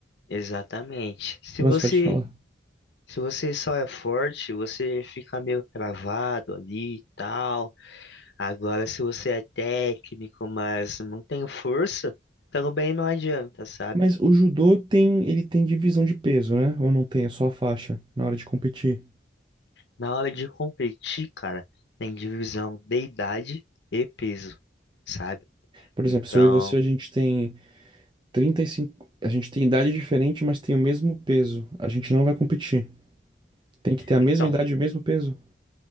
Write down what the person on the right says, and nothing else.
Mas
pode falar.
Mas o judô tem, ele tem divisão de peso, né? Ou não tem, é só a faixa na hora de competir.
Por
exemplo, se eu e você, a gente tem trinta e cinco a gente tem idade diferente, mas tem o mesmo peso. A gente não vai competir. Tem que ter a mesma
idade e o mesmo peso.